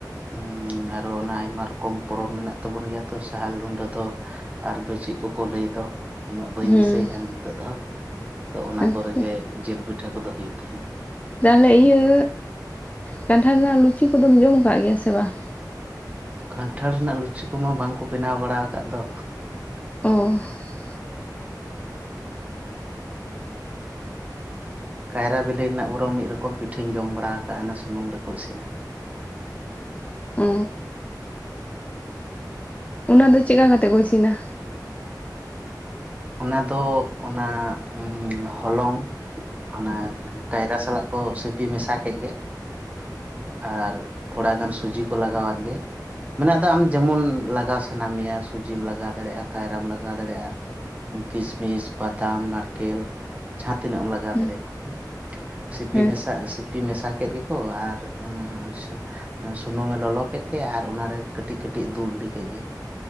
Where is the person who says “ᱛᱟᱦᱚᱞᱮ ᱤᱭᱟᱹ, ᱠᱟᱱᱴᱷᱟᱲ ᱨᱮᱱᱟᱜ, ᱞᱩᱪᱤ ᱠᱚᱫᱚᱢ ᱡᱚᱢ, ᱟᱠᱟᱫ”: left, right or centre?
Left